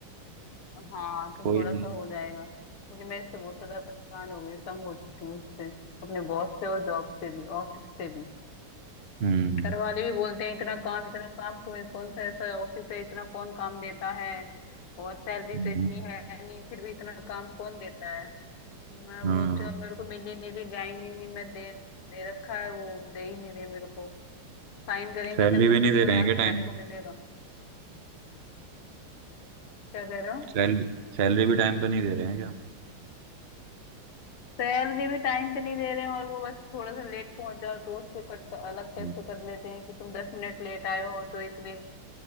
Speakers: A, on the left; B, on the right.
A: हाँ तो
B: कोई
A: थोड़ा
B: नहीं
A: सा हो जाएगा क्योंकि मैं इससे बहुत ज्यादा परेशान हो गई तंग हो चुकी हूँ उससे अपने बॉस से और जॉब से भी ऑफिस से भी
B: हम्म
A: घर वाले भी बोलते हैं इतना काम इतना काम तुम्हें कौन सा ऐसा ऑफिस है इतना कौन काम देता है और सैलरी
B: हम्म,
A: तो इतनी है नहीं फिर भी इतना काम कौन देता है मैं
B: हाँ
A: बोलती हूँ अब मेरे को मिली नहीं रही जा ही नहीं, नहीं मैं दे दे रखा है वो दे ही नहीं रहे मेरे को साइन करेंगे
B: सैलरी
A: तभी
B: भी
A: तो
B: नहीं
A: मेरे को
B: दे रहे
A: यहाँ
B: हैं क्या
A: से
B: टाइम
A: जाने को मिलेगा क्या कह रहे हो
B: सैल, सैलरी भी टाइम पे नहीं दे रहे हैं क्या
A: सैलरी भी टाइम पे नहीं दे रहे हैं और वो बस थोड़ा सा लेट पहुंच जाओ तो उससे कट अलग कैसे
B: हम्म।
A: कर लेते हैं कि तुम दस मिनट लेट आए हो तो इतने